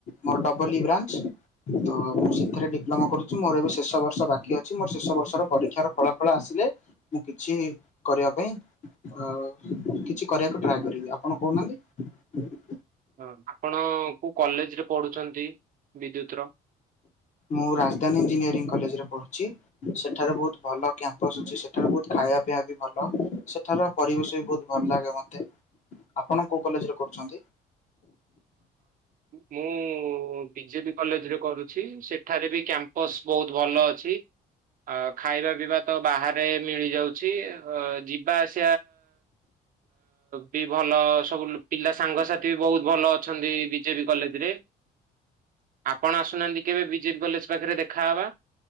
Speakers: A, on the left; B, on the right.
A: ମୋର ଡବଲି ବ୍ରାଞ୍ଚ ତ ମୁଁ ସେଥିରେ ଡିପ୍ଲୋମା କରୁଛି ମୋର ଏବେ ଶେଷ ବର୍ଷ ବାକି ଅଛି ମୋର ଶେଷ ବର୍ଷର ପରୀକ୍ଷାର ଫଳାଫଳ ଆସି ଲେ ମୁଁ କିଛି କରିବା ପାଇଁ ଅ କିଛି କରିବାକୁ ଟ୍ରାଏ କରିବି ଆପଣ କହୁନାହାନ୍ତି।
B: ହଁ ଆପଣ କୋଉ କଲେଜରେ ପଢୁଛନ୍ତି ବିଦ୍ୟୁତ୍ ର
A: ମୁଁ ରାଜଧାନୀ ଇଞ୍ଜିନିୟରିଂ କଲେଜରେ ପଢୁଛି। ସେଠାରେ ବହୁତ ଭଲ କ୍ୟାମ୍ପସ ଅଛି। ସେଠାରେ ବହୁତ ଖା ଖାଇବା ପିଇବା ବି ଭଲ। ସେଠାର ପରିବେଶ ବି ବହୁତ ଭଲ ଲାଗେ ମତେ। ଆପଣ କୋଉ କଲେଜରେ କରୁଛନ୍ତି।
B: ମୁଁ ବିଜେଡି। କଲେଜରେ କରୁଛି ସେଠାରେ ବି କ୍ୟାମ୍ପସ ବହୁତ ଭଲ ଅଛି। ଆ ଖାଇବା ପିଇବା ତ ବାହାରେ ମିଳି ଯାଉଛି। ଅ ଯିବା ଆସ ବି ଭଲ ସବୁ ପିଲା ସାଙ୍ଗସାଥି ବି ବହୁତ ଭଲ। ଅଛନ୍ତି ବିଜେବି କଲେଜରେ। ଆପଣ ଆସୁନାହାନ୍ତି କେବେ ବିଜେବି କଲେଜ ପାଖରେ ଦେଖାହେବା।